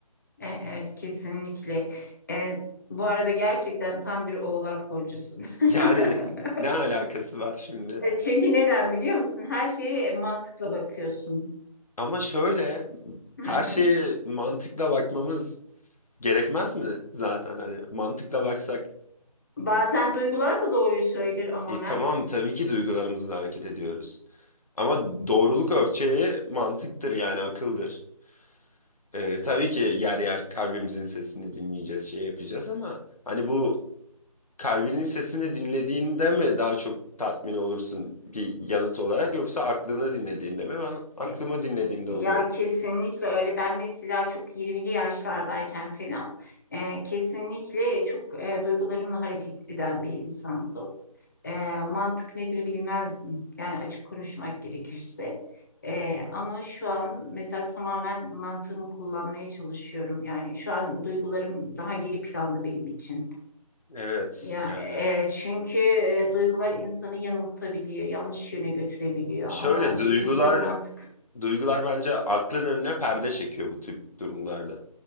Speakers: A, on the left; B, on the left.
A: E, evet kesinlikle. E, bu arada gerçekten tam bir oğlak burcusun.
B: Yani
A: <laughs>
B: <laughs> ne alakası var şimdi?
A: E, Çünkü neden biliyor musun? Her şeye mantıkla bakıyorsun.
B: Ama şöyle
A: Hı
B: her
A: hı.
B: şeye mantıkla bakmamız gerekmez mi zaten hani mantıkla baksak
A: Bazen duygular da doğruyu söyler ama
B: e,
A: Mert.
B: tamam tabii ki duygularımızla hareket ediyoruz ama doğruluk ölçeği mantıktır yani akıldır. E, tabii ki yer yer kalbimizin sesini dinleyeceğiz şey yapacağız ama hani bu kalbinin sesini dinlediğinde mi daha çok tatmin olursun bir yanıt olarak yoksa aklını dinlediğinde mi ben aklımı
A: Ya,
B: dinlediğimde
A: ya
B: oluyorum.
A: kesinlikle öyle. Ben mesela çok 20'li yaşlardayken falan e, kesinlikle çok e, duygularımla hareket eden bir insandım. E, mantık nedir bilmezdim. Yani açık konuşmak gerekirse. E, ama şu an mesela tamamen mantığımı kullanmaya çalışıyorum. Yani şu an duygularım daha geri planda benim için.
B: Evet
A: Ya
B: yani
A: e, çünkü e, duygular insanı yanıltabiliyor, yanlış yöne götürebiliyor.
B: Şöyle
A: Ama
B: duygular
A: dediğin gibi mantık.
B: Duygular bence aklın önüne perde çekiyor bu tip durumlarda.